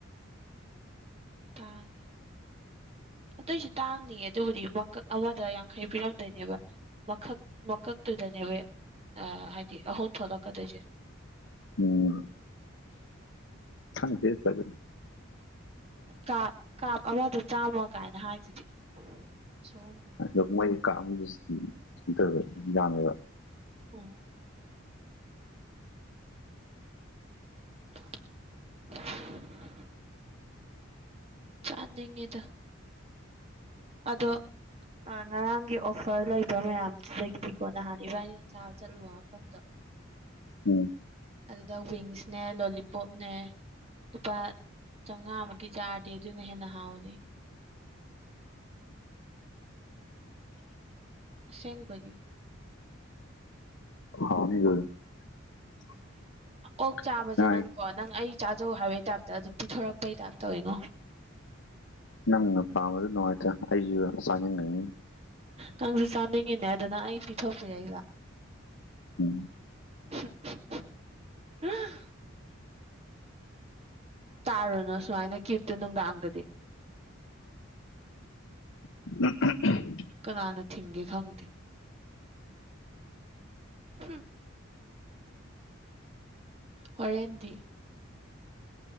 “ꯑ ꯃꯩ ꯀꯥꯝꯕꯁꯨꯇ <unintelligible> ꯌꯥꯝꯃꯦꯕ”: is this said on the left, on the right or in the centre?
Left